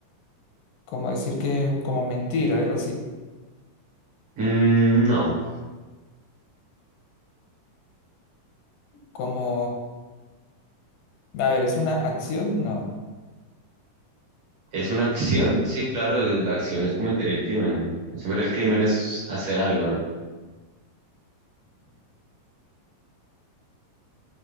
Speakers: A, on the left; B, on the right.
A: como decir que, como mentir, algo así.
B: Mm, no.
A: Como, a ver, ¿es una acción? No.
B: ¿Es una acción? Sí, claro, la acción es cometer el crimen. Siempre el crimen es hacer algo, ¿no?